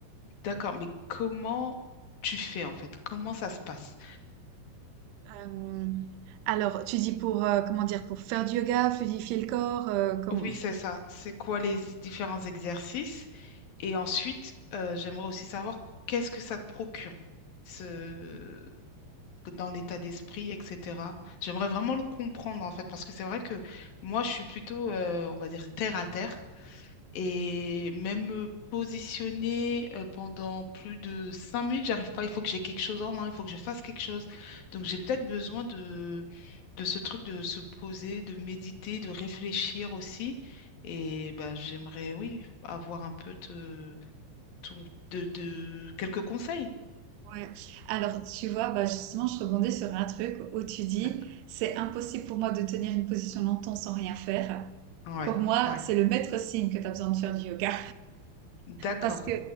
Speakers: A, on the left; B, on the right.
A: D'accord, mais comment tu fais en fait? Comment ça se passe?
B: Euh, alors, tu dis pour, euh, comment dire, pour faire du yoga, fluidifier le corps, euh, comme...
A: Oui, c'est ça. C'est quoi les différents exercices? Et ensuite, euh, j'aimerais aussi savoir qu'est-ce que ça te procure ce... dans l'état d'esprit, etc. J'aimerais vraiment le comprendre en fait, parce que c'est vrai que moi, je suis plutôt, euh, on va dire, terre à terre. Et même me positionner euh, pendant plus de cinq minutes, j'arrive pas. Il faut que j'ai quelque chose en main, il faut que je fasse quelque chose. Donc j'ai peut-être besoin de, de ce truc de se poser, de méditer, de réfléchir aussi. Et bah, j'aimerais, oui, avoir un peu de, ton- de, de- quelques conseils.
B: Ouais. Alors, tu vois, bah justement, je rebondis sur un truc où tu dis,
A: D'accord.
B: c'est impossible pour moi de tenir une position longtemps sans rien faire.
A: Ouais,
B: Pour moi,
A: ouais.
B: c'est le maître signe que tu as besoin de faire du yoga.
A: D'accord.
B: Parce que,